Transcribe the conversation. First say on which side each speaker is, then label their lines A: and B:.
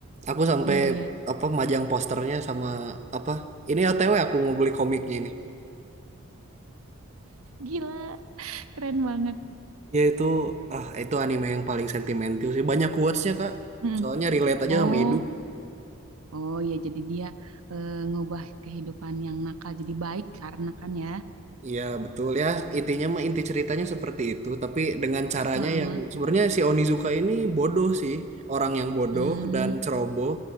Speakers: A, on the right; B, on the right.
A: Aku sampai
B: Iya iya.
A: apa majang posternya sama apa? Ini OTW aku mau beli komiknya ini.
B: Gila, keren banget.
A: Ya itu ah itu anime yang paling sentimental sih. Banyak quotes-nya, Kak.
B: Mm.
A: Soalnya relate aja
B: Oh,
A: sama hidup.
B: oh iya jadi dia eh, ngubah kehidupan yang nakal jadi baik karena kan ya.
A: Iya betul ya intinya mah inti ceritanya seperti itu tapi dengan caranya
B: Heeh.
A: yang sebenarnya si Onizuka ini bodoh sih orang yang bodoh
B: Mm.
A: dan ceroboh